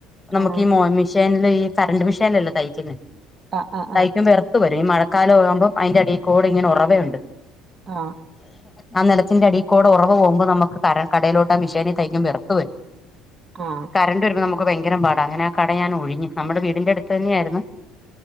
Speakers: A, on the left; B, on the right.
A: നമുക്കീ
B: ആഹ്
A: മൊ മിഷീ ഷേൻലീ കറണ്ട് മീഷൈയ്നല്ലേ തയ്ക്കുന്നേ
B: ആഹ് ആഹ്
A: തയ്ക്കുമ്പോ എർ ർത്ത് വരും മഴക്കാലം ആകുമ്പം അയ്ന്റെ അടീക്കൂടെ ഇങ്ങനെ ഒറവയുണ്ട്
B: ആഹ്
A: ആ നിലത്തിന്റെ അടിക്കൂടെ ഒറവ് പോവുമ്പോ നമക്ക് കര കടയിലോട്ട് ആ മിഷേനി തൈക്കുമ്പം എർ ത്ത് വെരും
B: ആഹ്
A: കറണ്ട് വരുമ്പോ നമുക്ക് ഭയങ്കരം പാടാ അങ്ങനെ ആ കട ഞാൻ ഒഴിഞ്ഞു നമ്മുടെ വീടിന്റെ അടുത്തെന്നായിരുന്നു